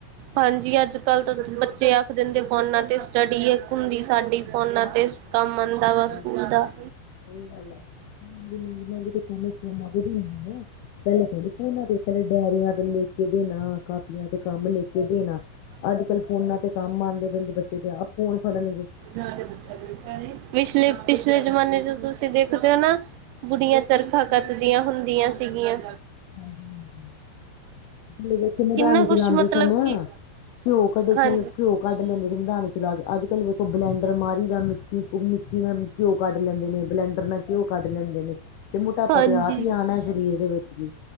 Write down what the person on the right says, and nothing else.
ਹਾਂਜੀ, ਅੱਜ ਕੱਲ੍ਹ ਤਾਂ ਬੱਚੇ ਆਖ ਦਿੰਦੇ, ਫੋਨਾਂ ਤੇ ਸਟੱਡੀ ਇੱਕ ਹੁੰਦੀ, ਸਾਡੀ ਫੋਨਾਂ ਤੇ ਕੰਮ ਆਉਂਦਾ ਵਾ,
ਸਕੂਲ ਦਾ।
ਪਿਛਲੇ- ਪਿਛਲੇ, ਜਮਾਨੇ ਚ ਤੁਸੀਂ ਦੇਖਦੇ ਹੋ ਨਾ ਬੁੜੀਆਂ, ਚਰਖਾ ਕੱਤਦੀਆਂ ਹੁੰਦੀਆਂ ਸੀਗੀਆਂ।
ਕਿੰਨਾ
ਕੁਛ ਮਤਲਬ
ਕਿ
ਹਾਂ
ਹਾਂਜੀ